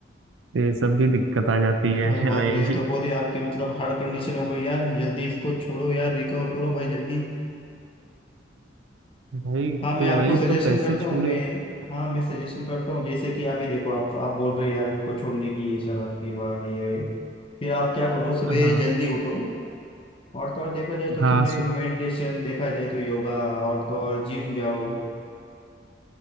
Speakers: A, on the right (about 85°); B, on the left (about 30°).
A: तो ये सब भी दिक्कत आ जाती है
B: अरे
A: <laughs>
B: बाप
A: भाई
B: रे ये तो बहुत ही आपकी मतलब हार्ड कंडीशन हो गई यार जल्दी इसको छोड़ो यार रिकवर करो भाई जल्दी
A: भाई
B: हाँ मैं
A: तो
B: आपको
A: वही
B: सजेशन
A: तो कैसे
B: करता
A: छोड़े
B: हूँ मैं हाँ मैं सजेशन करता हूँ जैसे कि आप ही देखो आप आप बोल रहे हैं यार मेरे को छोड़ने की ये शराब की वाह ये है।" फिर आप क्या करो सुबह
A: हाँ
B: जल्दी उठो और तो और देखा जाए तो
A: हाँ
B: सुबह
A: सु,
B: मेडिटेशन देखा जाए तो योगा और तो और जिम जाओ